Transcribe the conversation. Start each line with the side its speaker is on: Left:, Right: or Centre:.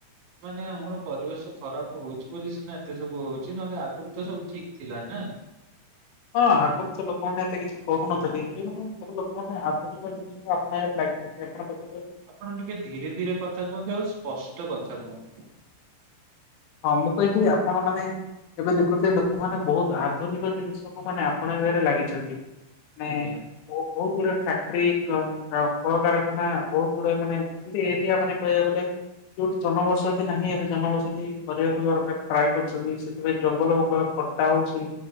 Right: ମାନେ ଆମର
Left: ହଁ
Right: ପରିବେଶ ଖରାପ ହଉଛି ବୋଲି ସିନା ଏତେ ସବୁ ହଉଛି। ନହେଲେ ଆଗରୁ ତ ସବୁ ଠିକ ଥିଲା ନା।
Left: ହଁ ଆଗରୁ ତ ଲୋକମାନେ ଏତେ କିଛି କରୁନଥିଲେ। ଏବେ ମାନେ ଏବେ ଲୋକମାନେ ଆଧୁନିକ ଜିନିଷକୁ ଆପଣାଇବାରେ ଲାଗ <unintelligible>
Right: ଆପଣ ଟିକେ ଧୀରେ ଧୀରେ କଥା କୁହନ୍ତୁ। ଆଉ ସ୍ପଷ୍ଟ କଥା କୁହନ୍ତୁ।
Left: ହଁ, ମୁଁ କହିଲି ଆପଣ ମାନେ ଏବେ ଦେଖୁଥିବେ ଲୋକମାନେ ବହୁତ ଆଧୁନିକ ଜିନିଷକୁ ମାନେ ଆପଣେଇବାରେ ଲାଗିଛନ୍ତି। ନାଇଁ,
Right: ଆଜ୍ଞା
Left: ଓ ବହୁତ ଗୁଡେ ଫ୍ୟାକ୍ଟ୍ରି କହ କ-କଳକାରଖାନା ବହୁତ ଗୁଡେ ମାନେ ଏମତି ଏରିଆ ମାନେ କହିବାକୁ ଗଲେ ଯୋଉଠି ଜନବସତି ନାହିଁ। ଏବେ ଜନବସତି କରିବାକୁ ଘରକା ଟ୍ରାଏ କରୁଛନ୍ତି। ସେଥିପାଇଁ ଜଙ୍ଗଲ ବଙ୍ଗଲ ଖଟା ହଉଛି।